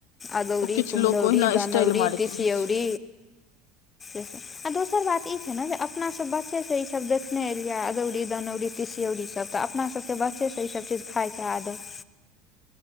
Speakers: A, on the left; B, on the left.
A: अदौरी
B: ओ किछु
A: कुम्हरौरी
B: लोक ओहिना
A: धनौरी
B: स्टाइल मारैत
A: तीसियौरी
B: रहै छै
A: आ दोसर बात ई छै ने जे अपनासभ बच्चेसँ ईसभ देखने एलियै अदौरी दनौरी तीस तीसियौरी सब तऽ अपना सबके बच्चेसँ ईसभ चीज खाइके आदत छै